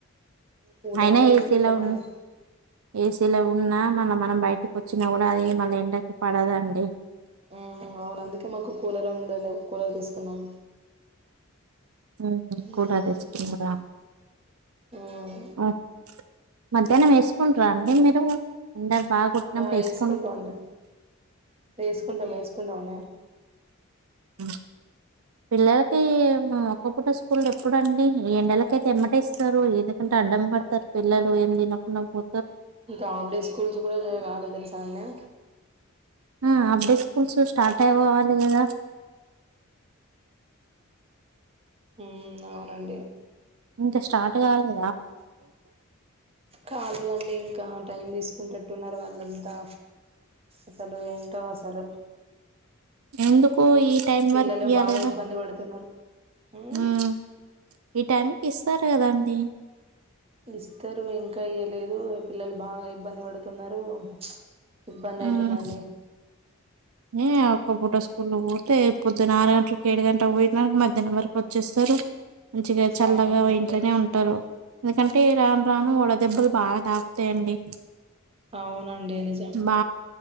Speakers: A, on the right; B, on the right.
A: కూలర్లో
B: అయినా
A: వేసుకుంటామండి
B: ఏసీలో ఉన్ ఏసీలో ఉన్నా మళ్ళ మనం బయట్ ఇంటికొచ్చినా కూడా అది మళ్ళ ఎండకి పడదండి
A: మ్మ్ అవును అందుకే మాకు కూలర్ ఉండలేవ్ కూలర్ తీసుకున్నాం
B: మ్మ్ హ్మ్ కూలర్
A: ఉమ్
B: తెచ్చుకున్నారా
A: ఉమ్
B: మ్మ్ మధ్యాహ్నం వేసుకుంటరా అండి మీరు ఎండలు బాగా కొట్టినప్పుడు
A: ఆ
B: వేసుకుంట
A: ఏసుకుంటామండి ఏసుకుంటాం ఏసుకుంటామండి
B: అ పిల్లలకి ఒక్క పూట స్కూల్ ఎప్పుడండి ఎండలకయితే ఎమ్మట ఇస్తారు ఎందుకంటే అడ్డం పడతారు పిల్లలు ఏ తినకుండా పో
A: ఇంకా హాఫ్డే స్కూల్స్ కూడా జ కాలే తెల్సా అండి
B: ఆ హాఫ్డే స్కూల్స్ స్టార్ట్ అయిపోవాలి కదా
A: మ్మ్ అవునండి
B: ఇంకా స్టార్ట్ కాలే
A: కాలేదండి ఇంకా టైం తీసుకుంటట్టున్నారు వాళ్ళంతా అసలు ఏంటో అసలు
B: ఎందుకో ఈ టైం
A: పిల్లలు
B: వరకు ఇయ్యాలి
A: బాగా
B: కదా
A: ఇబ్బంది పడుతున్నరు మ్మ్
B: ఉమ్ ఈ టైంకి ఇస్తారు కదండి
A: ఇస్తారు ఇంకా ఇయలేదు పిల్లలు బాగా ఇబ్బంది పడుతున్నారు ఇబ్బంది
B: మ్మ్
A: అయితుందండి
B: ఏ అప్ ఒక్క పూట స్కూల్లో పోతే పొద్దున ఆరు గంటలకు ఏడు గంట పోయిన మధ్యాహ్నం వరకు వచ్చేస్తారు మంచిగా చల్లగా
A: అవునవునండి
B: ఇంట్లోనే ఉంటారు ఎందుకంటే రాను రాను వడ దెబ్బలు బాగా తాకుతాయండి
A: అవునండి నిజం
B: బ